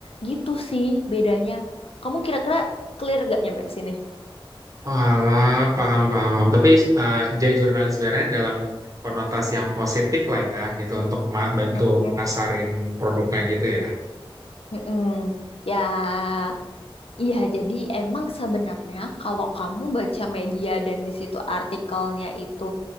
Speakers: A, on the left; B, on the right.
A: Gitu sih bedanya kamu kira-kira clear gak nyampe sini?
B: Walah, paham, paham, paham. Tapi eh, jadi jurnalis sebenarnya dalam konotasi yang positif lah ya, gitu untuk ma- bantu
A: Mm-mm.
B: nasarin produknya gitu ya.
A: Mm-mm. Ya, iya. Jadi emang sebenarnya kalau kamu baca media dan di situ artikelnya itu